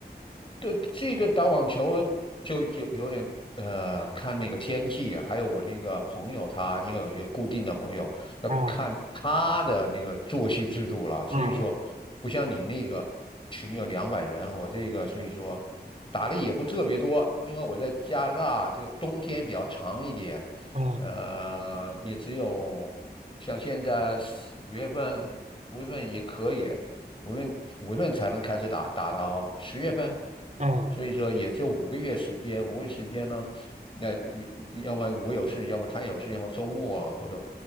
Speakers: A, on the left (about 30°); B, on the right (about 45°).
A: 对，这个打网球就有有点呃，看那个天气啊还有我那个朋友他，因为有一个固定的朋友，要看他的那个作息制度了。
B: 啊？
A: 所以说，
B: 啊啊
A: 不像你那个群有两百人，我这个所以说打的也不特别多，因为我在加拿大这个冬天比较长一点，
B: 啊
A: 呃，也只有像现在四五月份，五月份也可以，五月五月份才能开始打，打到十月份。
B: 啊！
A: 所以说也只有五个月时间，五个月时间呢，那也要么我有事，要么他有事，要么周末啊，或者